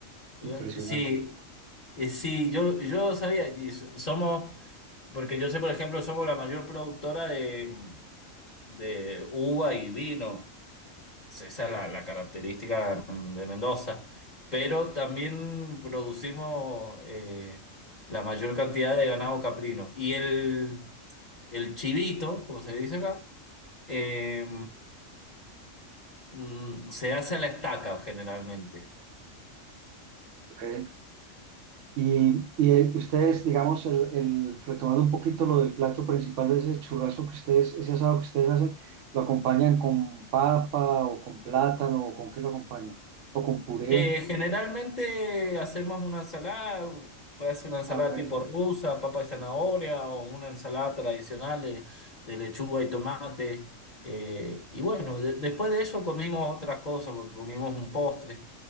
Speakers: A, on the left; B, on the right.
A: Este,
B: impresionante.
A: Sí, Eh, sí, yo, yo sabía, y s- somos, porque yo sé, por ejemplo, somos la mayor productora de, de uva y vino. Esa es la, la característica mm, de Mendoza. Pero también producimos eh, la mayor cantidad de ganado caprino. Y el, el chivito, como se dice acá, eh, mm, se hace a la estaca generalmente.
B: Ok. Y, y, eh, ustedes, digamos, el, el- retomando un poquito lo del plato principal de ese churrasco que ustedes, ese asado que ustedes hacen, ¿lo acompañan con papa o con plátano o con qué lo acompañan? ¿O con puré?
A: Eh, generalmente hacemos una ensalada, puede ser una ensalada
B: Ah, ok.
A: tipo rusa, papa y zanahoria, o una ensalada tradicional de, de lechuga y tomate. Eh, y bueno, de- después de eso comimos otras cosas, porque comimos un postre,